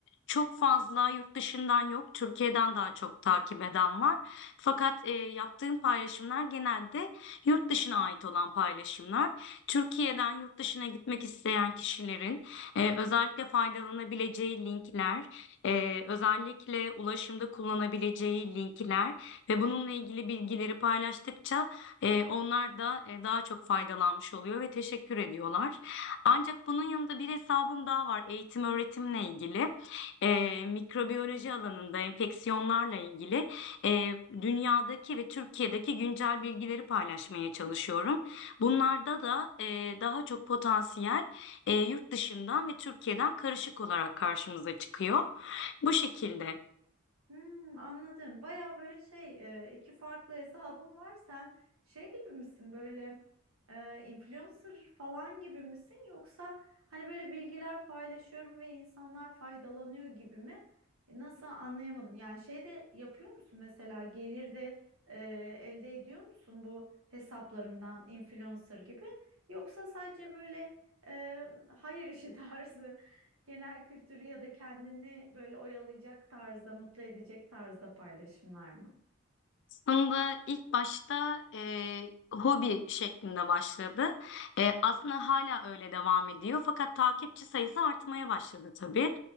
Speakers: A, on the left; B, on the right.
A: çok fazla yurt dışından yok, Türkiye'den daha çok takip eden var. Fakat e, yaptığım paylaşımlar genelde yurt dışına ait olan paylaşımlar. Türkiye'den yurt dışına gitmek isteyen kişilerin e, özellikle faydalanabileceği linkler. Ee, özellikle ulaşımda kullanabileceği linkler ve bununla ilgili bilgileri paylaştıkça e, onlar da e, daha çok faydalanmış oluyor ve teşekkür ediyorlar. Ancak bunun yanında bir hesabım daha var eğitim öğretimle ilgili. Ee, mikrobiyoloji alanında enfeksiyonlarla ilgili e, dünyadaki ve Türkiye'deki güncel bilgileri paylaşmaya çalışıyorum. Bunlarda da e, daha çok potansiyel e, yurt dışından ve Türkiye'den karışık olarak karşımıza çıkıyor. Bu şekilde.
B: Hmm, anladım. Baya böyle şey e, iki farklı hesabım var. Sen şey gibi misin böyle e, influencer falan gibi misin? Yoksa hani böyle bilgiler paylaşıyorum ve insanlar faydalanıyor gibi mi? Nasıl anlayamadım. Yani şey de yapıyor musun mesela gelir de e, elde ediyor musun bu hesaplarından influencer gibi? Yoksa sadece böyle e, hayır işi <laughs> tarzı. genel kültürü ya da kendini böyle oyalayacak tarzda, mutlu edecek tarzda paylaşımlar mı?
A: Aslında ilk başta e, hobi şeklinde başladı. E, aslında hala öyle devam ediyor. Fakat takipçi sayısı artmaya başladı tabii.